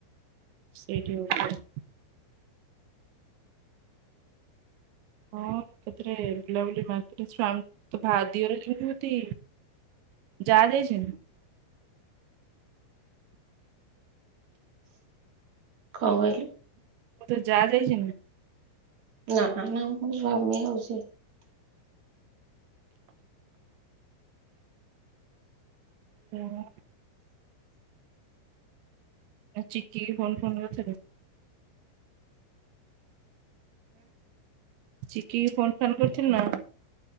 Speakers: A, on the right (about 75°); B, on the right (about 45°).
A: ସେଇଠି ହୋଇଥିବ। ହଁ ସେଥିରେ ବୁଲାବୁଲି ମାର୍କେଟ ସ୍ଵା ତ ଭହା ଦିଅରେ କିଭାତି। ଯାଆ ଯାଇଚନ୍ତି।
B: କଣ କଇଲୁ?
A: ତୋ ଯାଆ ଯାଇଚନ୍ତି।
B: ନା ନା ମୋ ସ୍ୱାମୀ ଆଉ ସେ।
A: <unintelligible> ଚିକି କି ଫୋନ ଫୋନ୍ କରିଥିଲୁ। ଚିକି କି ଫୋନ୍ ଫାନ୍ କରିଥିଲୁ ନା?